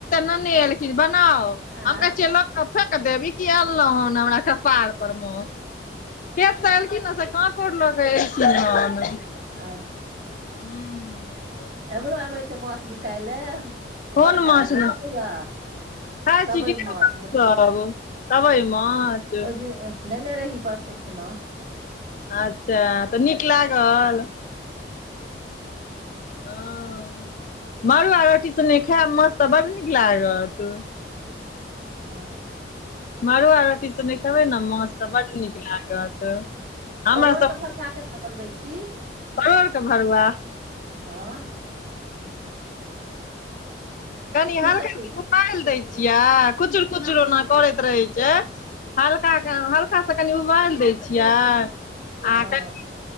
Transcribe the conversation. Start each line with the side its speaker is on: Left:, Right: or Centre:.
Left: ननै एलखिन बनाउ
Right: आँ
Left: हमकहै छियै क फेेक देव ई की अनलौ हन हमरा कपार पर मे खेतसँ एलखिन न से काँकौर ल क एलखिन हन
Right: आ
Left: हू
Right: एमरो आबै छै माछ बिकाय लए
Left: कोन
Right: बड़का
Left: मछ
Right: ओ नहि होइय
Left: खा
Right: कबै
Left: छी कि नै
Right: माछ मोटका
Left: ओ कबइ माँ छ
Right: ओहि दिन नेने रही परसू खुना
Left: अच्छा तऽ नीक लागल ओ मड़ुआ रोटी सने खायब मा छतऽ बड नीक लागत
Right: आ
Left: मड़ुआ रोटी सने खेबै ने माछ तऽ बड्ड नीक लागत हमरा
Right: परोरके भरुआ केना बनबै छी
Left: परोरके भरुआ
Right: हँ
Left: कनि
Right: की
Left: हल्का
Right: सब दै छी?
Left: उबालदय छियै कुचुर कुचुर ओना करैत रहै छै हल्का हल्का स कनि उबालि दै छियै आ
Right: हँ
Left: कनि